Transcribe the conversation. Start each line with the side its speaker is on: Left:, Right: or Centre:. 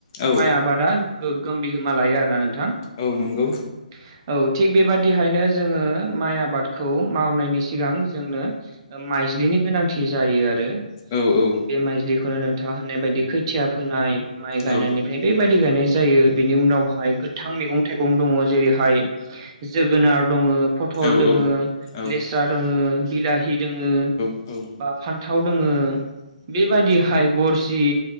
Left: औ
Right: माइ आबादा गोगोम बिहोमा लायो आरोना नोंथां
Left: औ नंगौ
Right: <inaudible> औ थिग बेबादिहायनो जोंङो माइ आबादखौ मावनायनि सिगां जोंनो माइज्लिनि गोनांथि जायो आरो
Left: औ-औ
Right: बे माइजलिखौनो नोंथांङा होननाय बायदि खैथिया फोनाय माइ गायनायनि
Left: औ
Right: ओमफ्राय बेबायदि गायनाय जायो बिनि उनावहाय गोथां मैगं थाइगं दंङो जेरैहाय जोगोनार दङो फथल
Left: औ
Right: दङो
Left: औ
Right: लेस्रा दङो बिलाहि दङो
Left: औ
Right: बा फान्थाव दोङो बेबायदिहाय गरसि